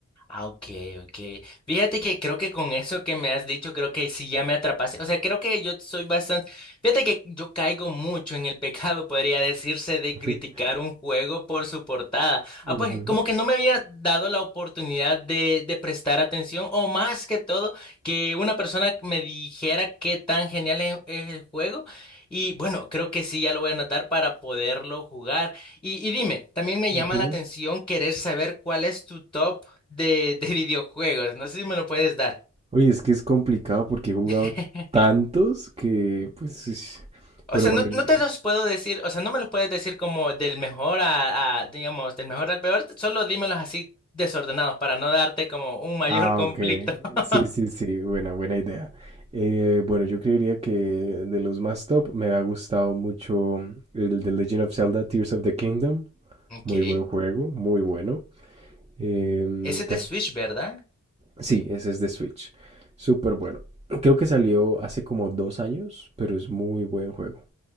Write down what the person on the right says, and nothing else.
<laughs>
Ujú,
ujú.
Oye, es que es complicado porque he jugado
tantos que, pues, es-
pero
bueno,
yo-
Ah,
ok.
Sí, sí, sí. Buena, buena idea. Eh, bueno, yo creería que de los más top me ha gustado mucho el The Legend of Zelda Tears of the Kingdom.
Muy buen juego, muy bueno. Em,
te-
sí, ese es de Switch. Súper bueno. Creo que salió hace como dos años, pero es muy buen juego.